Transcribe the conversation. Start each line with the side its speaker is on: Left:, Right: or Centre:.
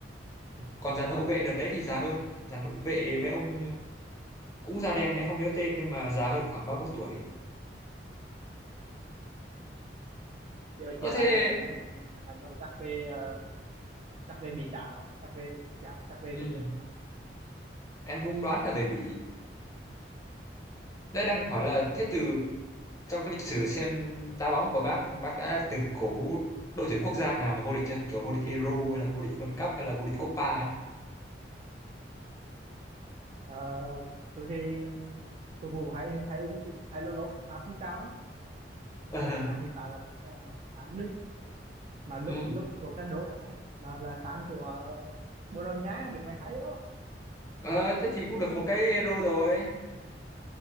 Left: còn dàn hậu vệ đợt đấy thì già hơn dàn hậu vệ mấy ông cũng da đen em không nhớ tên nhưng mà già hơn khoảng ba bốn tuổi
Right: giờ
Left: ờ
Right: chia
Left: thế
Right: tay giải này đến rồi chắc về ờ, chắc về bị đá rồi chắc về chắc chắc về
Left: ừ,
Right: cái đường đá rồi
Left: em cũng đoán là về Bỉ đây đang hỏi là thế từ trong cái lịch sử xem đá bóng của bác bác đã từng cổ vũ đội tuyển quốc gia nào mà vô địch chưa kiểu vô địch Euro hay là vô địch World Cup hay là vô địch Copa ấy
Right: Ờ, tôi thì cầu thủ hay hay hay lâu lâu phán phong trào lắm
Left: Ờ,
Right: Dạ, đã hiện tại là đang uh, phán Đức mà lúc
Left: ừ.
Right: lúc Ronaldo đã là là phán của uh, Bồ Đào Nha được mày hay đó
Left: Ờ, thế thì cũng được một cái Euro rồi